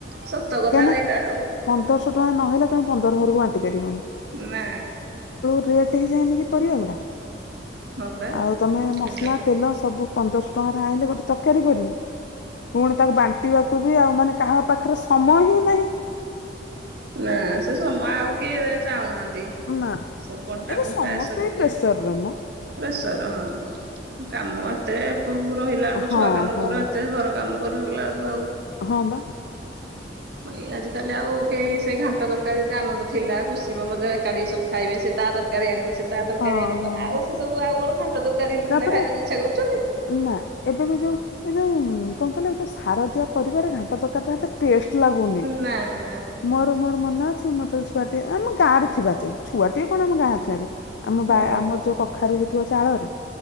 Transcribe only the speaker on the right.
ସତ କଥା
ଏଇଟା ଆଉ
ନା।
ହଁ ପରା
ସେଇଆ।
ନା ସେ ସମୟ ଆଉ କିଏ ଚାହୁଁନାହାନ୍ତି। ଦି,
ସବୁ ବଣ୍ଟା
କୁଣ୍ଟା
ସବୁ
କି,
ପ୍ରେସର ହଁ। କାମ ଏତେ ପ-ରହିଲା ବେଳକୁ,
ଛୁଆ କାମ
କର, ଏତେ ଘର କାମ କର ହେଲା ବେଳକୁ ଆଉ
ଏଇ ଆଜି କାଲି ଆଉ କେହି ସେ ସେଇ ଘାଣ୍ଟ ତରକାରି କେତେ ଆନନ୍ଦ ଥିଲା। ଖୁସି ମନ ଯୋଉ ଏକାଠି ସବୁ ଖାଇବେ। ସେ ତା ତରକାରୀ ଆଣିବ, ସେ ତା ତରକାରୀ
ଆଣିବ
ଆଉ ସେ ସବୁ ଆଉ କଣ ଘାଣ୍ଟ ତରକାରୀ
ପିଲା ଖାଇବାକୁ ଇଚ୍ଛା କରୁଛନ୍ତି।
ନା ନା
ହଁ